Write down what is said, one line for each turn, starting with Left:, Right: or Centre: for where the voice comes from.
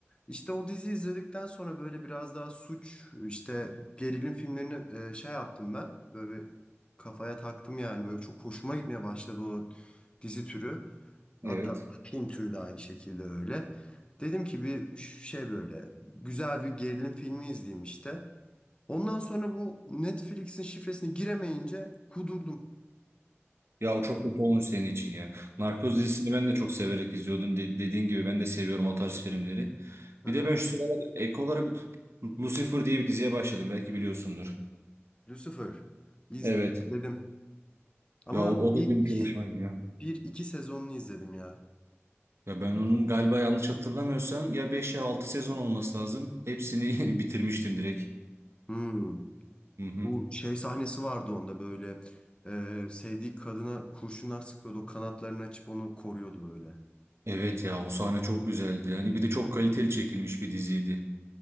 Left: İşte o dizi izledikten sonra böyle biraz daha suç, işte gerilim filmlerini e, şey yaptım ben. Böyle bir kafaya taktım yani. Böyle çok hoşuma gitmeye başladı o dizi türü.
Right: Evet.
Left: Hatta film türü de aynı şekilde öyle. Dedim ki bir şey böyle güzel bir gerilim filmi izleyeyim işte. Ondan sonra bu Netflix'in şifresini giremeyince kudurdum.
Right: Ya o çok kötü olmuş senin için ya. Narkoz dizisini ben de çok severek izliyordum. De- dediğin gibi ben de seviyorum o tarz filmleri.
Left: Hı
Right: Bir
Left: hı.
Right: de ben şu sıralar ek olarak Lucifer diye bir diziye başladım. Belki biliyorsundur.
Left: Lucifer izledim.
Right: Evet.
Left: Ama
Right: Ya o, o
Left: ilk
Right: da benim çok hoşuma gidiyor.
Left: bir iki sezonunu izledim ya.
Right: Ya ben onun galiba yanlış hatırlamıyorsam ya 5 ya 6 sezon olması lazım. Hepsini <laughs> bitirmiştim direkt.
Left: Hmm.
Right: Hı hı.
Left: Bu şey sahnesi vardı onda böyle. Ee, sevdiği kadına kurşunlar sıkıyordu. O kanatlarını açıp onu koruyordu böyle.
Right: Evet ya o sahne çok güzeldi. Yani bir de çok kaliteli çekilmiş bir diziydi.